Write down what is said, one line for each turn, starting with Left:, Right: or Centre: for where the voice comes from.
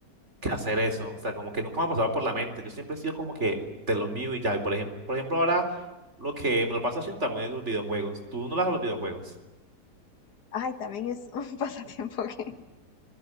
Right: que hacer eso. O sea, como que nunca me ha pasado por la mente. Yo siempre he sido como que de lo mío y ya. Y por ejemplo, por ejemplo, ahora lo que me lo paso haciendo también es los videojuegos. ¿Tú no lo haces los videojuegos?
Left: Ay, también es un <laughs> pasatiempo que,